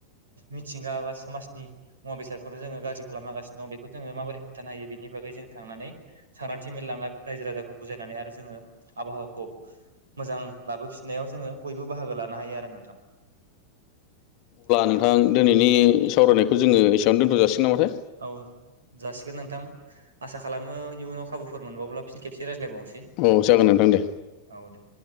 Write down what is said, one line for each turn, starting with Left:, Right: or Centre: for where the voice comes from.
Right: मिथिंगा बा <unintelligible> समाजनि मुवा बेादखौनो जोङो गाज्रि खालामनांगासि दं बेखौ जोङो माबोरै होबथानो हायो <unintelligible> <unintelligible> बागै जों थांनानै सांग्रांथि मेल रायजो राजाखौ बुजायनानै आरो जोङो आबहावाखौ मोजां लाबोफिननायाव जोङो बयबो बाहागो लानो हायो आरो नोंथां अब्ला
Left: नोंथां दिनैनि सावरायनायखौ जोङो
Right: <unintelligible>
Left: एसेयावनो दोनथ' जासिगोन नामाथाय
Right: नोंथां आसा खालामो इयुनाव खाबुफोर मोनबावब्ला फिन खेबसे रायज्लायबावनोसै
Left: औ जागोन नोंथां दे
Right: औ दे